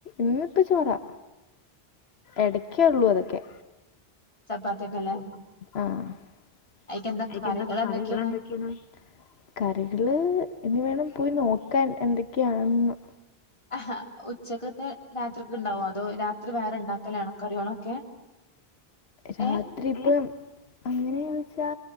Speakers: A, on the left; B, on the left.
A: ഇന്നിപ്പ ചോറാ എടയ്ക്കേ ഉള്ളൂ അതൊക്കെ
B: ചപ്പാത്തിയൊക്കെല്ലേ
A: ആ <inaudible>
B: അയിക്കെന്തൊക്കെ കറികൾ എന്തൊക്കെയാണ്
A: കറികളെന്തൊക്കെയാണ് കറികള് എന്ന വേണം പോയി നോക്കാൻ എന്തൊക്കെയാണെന്ന്
B: ആ ഉച്ചക്കത്തെ രാത്രിയ്ക്കൊണ്ടാവുമോ അതോ രാത്രി വേറെ ഉണ്ടാക്കലാണോ കറികളൊക്കെ
A: രാത്രിലെ
B: ഏ <inaudible>
A: എങ്ങനച്ചാ